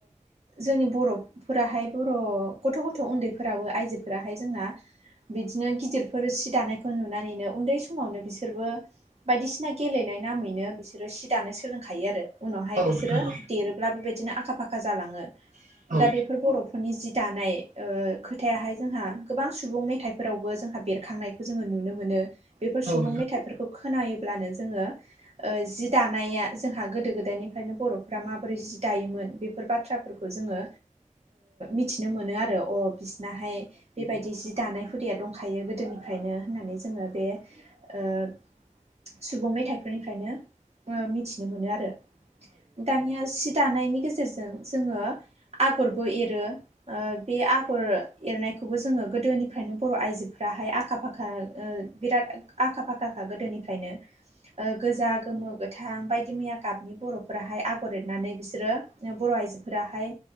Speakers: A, on the right; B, on the right.
A: जोंनि बर'फोराहाय बर' गथ' गथ' उन्दैफोराबो आइजोफोराहाय जोंना बिदिनो गिदिरफोर सि दानायखौ नुनानैनो उन्दै समावनो बिसोरबो बायदिसिना गेलेनाय नामैनो बिसोरो सि दानो सोलोंखायो आरो उनावहाय
B: नोंथां
A: बिसोरो देर बेबायदिनो आखा फाखा जालाङो
B: औ औ नोंथां
A: दा बेफोर बर' नखरनि जि दानाय खोथायाहाय जोंहा गोबां सुबुं मेथाइफोरावबो जोंहा बेरखांनाय जोङो नुनो मोनो बेफोर सुबुं
B: औ
A: मेथाइफोरखौ खोनायोब्लानो जोङो जि दानाया जोंहा गोदो गोदायनिफ्रायनो बर'फ्रा माबोरै जि दायोमोन बेफोर फोर बाथ्राफोरखौ जोङो मिथिनो मोनो आरो अ बिसिनाहाय बेबायदि दानाय हुदाया दंखायो गोदोनिफ्रायनो होननानै जोङो बे ओ सुबुं मेथाइफोरनिफ्रायनो मिथिनो मोनो आरो दानिया सि दानायनि गेजेरजों जोङो आगरबो एरो ओ बे आगर एरनायखौबो जोङो गोदोनिफ्रायनो बर' आइजोफ्राहाय आखा फाखा बिराद आखा फाखाखा गोदोनिफ्रायनो गोजा गोमो गोथां बायदि मैया गाबनि बर'फोराहाय आगर एरनानै बिसोरो बर' आइजोफोराहाय